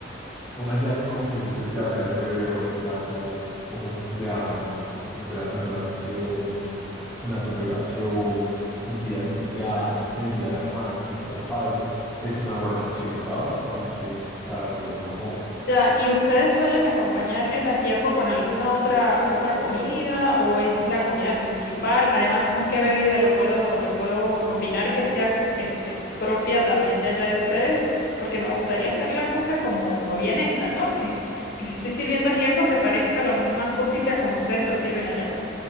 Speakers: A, in the centre; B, on the left (about 50°).
A: un ajiaco como que siempre se hace alrededor de algo como un cumpleaños, un gra- una graduación, una celebración, un día especial, que el día de la madre, que el día del padre, es una buena opción, ¿sabes? Para que, para poder como,
B: Ya, ¿y ustedes suelen acompañar el ajiaco con alguna otra otra comida o es la comida principal? Además, ¿con qué bebida lo puedo lo puedo combinar que sea este propia también de allá de ustedes? Porque me gustaría hacer la cosa como como bien hecha, ¿no? Que que si estoy sirviendo ajiaco se parezca lo más posible a como ustedes lo sirven allá.